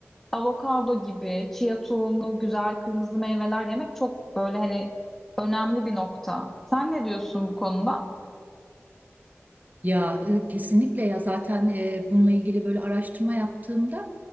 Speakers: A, in the centre; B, on the right.
A: avokado gibi, chia tohumu, güzel kırmızı meyveler yemek çok böyle hani önemli bir nokta. Sen ne diyorsun bu konuda?
B: Ya e, kesinlikle ya zaten e, bununla ilgili böyle araştırma yaptığımda